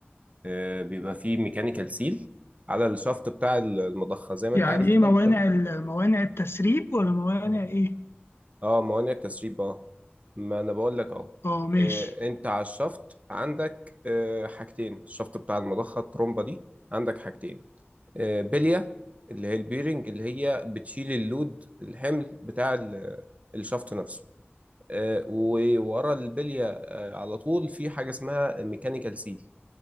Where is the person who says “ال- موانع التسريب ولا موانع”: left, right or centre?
Left